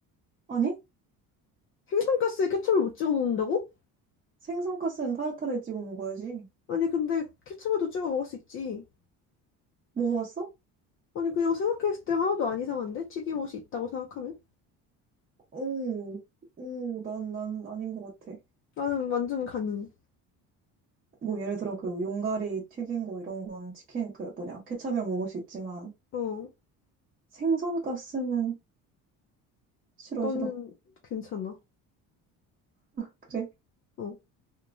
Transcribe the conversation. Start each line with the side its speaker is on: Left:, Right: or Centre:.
Right: 아니?
Left: 생선 가스에 케첩을 못 찍어 먹는다고?
Right: 생선가스는 타르타르에 찍어 먹어야지.
Left: 아니 근데 케첩에도 찍어 먹을 수 있지.
Right: 먹어봤어?
Left: 아니 그냥 생각했을 때 하나도 안 이상한데? 튀김옷이 있다고 생각하면?
Right: 오, 오, 난, 난 아닌 것 같아.
Left: 나는 완전 가능.
Right: 뭐 예를 들어 그 용가리 튀긴 거 이런 건 치킨 그 뭐냐 케찹이랑 먹을 수 있지만
Left: 어,
Right: 생선 가스는 싫어
Left: 나는
Right: 싫어.
Left: 괜찮아.
Right: 그래?
Left: 어,